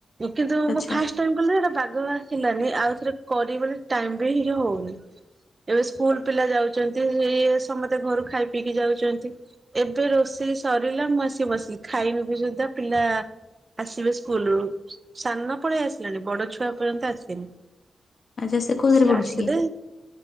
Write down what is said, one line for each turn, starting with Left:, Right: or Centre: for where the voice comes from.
Right: କିନ୍ତୁ
Left: ଆଚ୍ଛା
Right: ମୁଁ ଫାଷ୍ଟ ଟାଇମ୍ କଲି ସେଟା ବାଗ ଆସିଲାନି ଆଉ ଥରେ କରିବି ବୋଲି ଟାଇମ୍ ବି ହିଁ ହଉନି। ଏବେ ସ୍କୁଲ ପିଲା ଯାଉଚନ୍ତି ଇଏ ସମସ୍ତେ ଘରୁ ଖାଇ ପିଇକି ଯାଉଚନ୍ତି। ଏବେ ରୋଷେଇ ସରିଲା ମୁଁ ଆସିିକ ବସିଲି ଖାଇନି ବି ସୁଧା ପିଲା ଆସିବେ ସ୍କୁଲରୁୁ ସାନ ପଳେଇ ଆସିଲାଣି ବଡ ଛୁଆ ଏପର୍ଯ୍ୟନ୍ତ ଆସିନି।
Left: ଆଚ୍ଛା ସେ କୋଉଥିରେ
Right: ସିଏ
Left: ପଡୁଛି
Right: ଆସିଲେ
Left: କି?